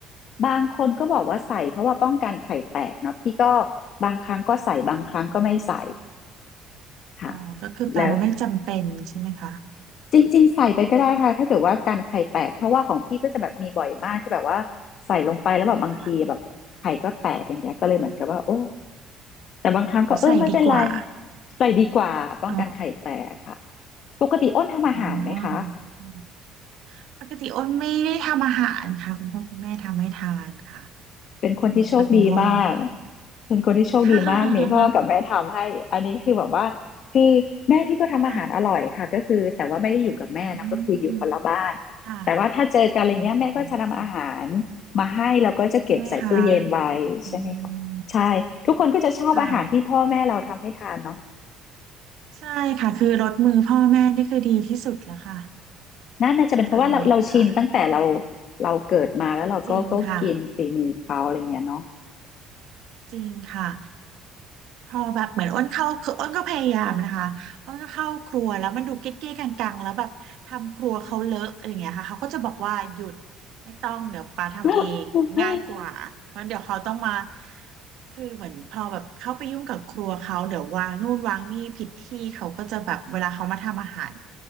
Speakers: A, on the left (about 55°); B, on the right (about 70°).
A: บางคนก็บอกว่าใส่เพราะว่าป้องกันไข่แตกเนาะพี่ก็บางครั้งก็ใส่บางครั้งก็ไม่ใส่
B: ใช่ค่ะ
A: ค่ะ
B: อ๋อก็คือแปลว่าไม่จำเป็นใช่ไหมคะ
A: แล้วจริงๆใส่ไปก็ได้ค่ะถ้าเกิดว่าการไข่แตกเพราะว่าของพี่ก็จะแบบมีบ่อยมากที่แบบว่าใส่ลงไปแล้วแบบบางทีแบบไข่ก็แตกอย่างเงี้ยก็เลยเหมือนกับว่าโอ้
B: ค่ะ
A: แต่บางครั้งก็เออไม่เป็นไร
B: อ๋อใส่ดีกว่า
A: ใส่ดีกว่าป้องกันไข่แตกค่ะ
B: อ๋อ
A: ปกติอ้นทำอาหารไหมคะ
B: อ๋ออืมปกติอ้นไม่ได้ทำอาหารค่ะคุณพ่อคุณแม่ทำให้ทานค่ะ
A: เป็นคนที่โชคดีมาก
B: ส่วนใหญ่จะเป็นคุณพ่อค่ะ
A: เป็นคนที่โชคดีมากมีพ่อกับแม่ทำให้
B: <laughs>
A: อันนี้คือแบบว่า คือแม่พี่ก็ทำอาหารอร่อยค่ะก็คือแต่ว่าไม่ได้อยู่กับแม่นะก็คืออยู่คนละบ้าน
B: ค่ะค่ะอืมค่ะ
A: แต่ว่าถ้าเจอกันอะไรเงี้ยแม่ก็จะนำอาหาร
B: อ๋อค่ะ
A: มาให้แล้วก็จะเก็บใส่ตู้เย็นไว้ใช่ไหมคะใช่ทุกคนก็จะชอบอาหารที่พ่อแม่เราทำให้ทานเนาะ
B: ใช่ไหมคะอืมค่ะ ใช่ค่ะคือรสมือพ่อแม่นี่คือดีที่สุดแล้วค่ะ
A: นั่นน่าจะเป็นเพราะว่าเราเราชินตั้งแต่เรา
B: อร่อยค่ะ
A: เราเกิดมาแล้วเราก็ก็กินฝีมือเขาอะไรเงี้ยเนาะ
B: จริงค่ะจริงค่ะพอแบบเหมือนอ้นเข้าคืออ้นก็พยายามนะคะอ้นก็เข้าครัวแล้วมันดูเก๊ะๆกังๆแล้วแบบทำครัวเขาเลอะอะไรอย่างเงี้ยค่ะเขาก็จะบอกว่าหยุดไม่ต้องเดี๋ยวปาทำเองง่ายกว่าเพราะเดี๋ยวเขาต้องมา
A: <laughs>
B: คือเหมือนพอแบบเข้าไปยุ่งกับครัวเขาเดี๋ยววางนู่นวางนี่ผิดที่เขาก็จะแบบเวลาเขามาทำอาหาร